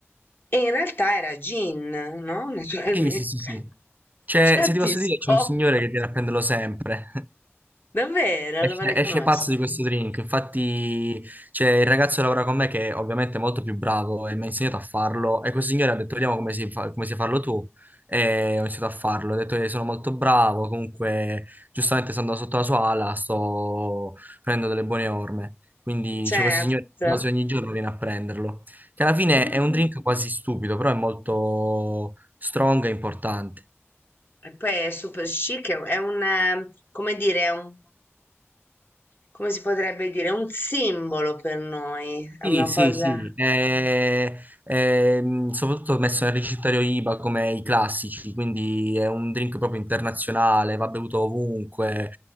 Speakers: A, on the left; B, on the right.
A: e in realtà era gin, no? Naturalmente.
B: sì, sì, sì, sì.
A: <laughs>
B: C'è-
A: Certi
B: se ti posso
A: scopi.
B: dire, c'è un signore che viene a prenderlo sempre.
A: Davvero,
B: Esce,
A: lo vorrei
B: esce
A: conoscere.
B: pazzo di questo drink, infatti c'è il ragazzo che lavora con me che ovviamente è molto più bravo e mi ha insegnato a farlo e questo signore ha detto vediamo come si fa, come sai farlo tu e ho iniziato a farlo, ho detto che sono molto bravo, comunque giustamente stando sotto la sua ala sto prendendo delle buone orme, quindi
A: Certo.
B: c'è questo signore che quasi ogni giorno viene a prenderlo, che alla fine
A: Mm.
B: è un drink quasi stupido però è molto strong e importante.
A: E poi è super chic, è un, è un, eh, come dire, è un, come si potrebbe dire, è un simbolo per noi, è una
B: Sì, sì,
A: cosa,
B: sì, eh, ehm, soprattutto ho messo nel ricettario IBA come i classici, quindi è un drink proprio internazionale, va bevuto ovunque,